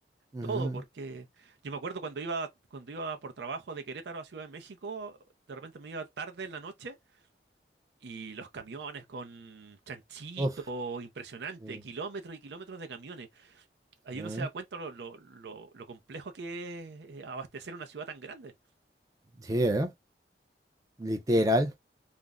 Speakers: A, on the right (about 20°); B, on the right (about 75°).
A: ujú.
B: Todo, porque yo me acuerdo cuando iba, cuando iba por trabajo de Querétaro a Ciudad de México, de repente me iba tarde en la noche y los camiones con chanchito,
A: Uf,
B: impresionante,
A: sí.
B: kilómetros y kilómetros de camiones. Ahí
A: A ver.
B: uno se da cuenta lo, lo, lo- lo complejo que es eh, abastecer una ciudad tan grande.
A: Sí, ¿eh? Literal.
B: Sí.